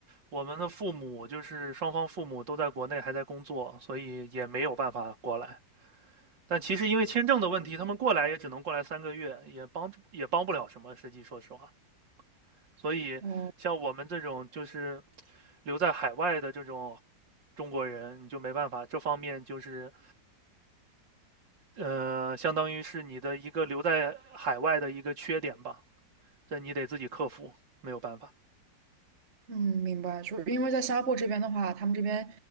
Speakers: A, on the right; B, on the right.
A: 我们的父母就是双方父母都在国内还在工作，所以也没有办法过来。但其实因为签证的问题，他们过来也只能过来三个月，也帮也帮不了什么。实际说实话，所以像我们这种就是
B: 哦。
A: 留在海外的这种中国人，你就没办法，这方面就是呃，相当于是你的一个留在海外的一个缺点吧，这你得自己克服，没有办法。
B: 嗯，明白，就是因为在新加坡这边的话，他们这边，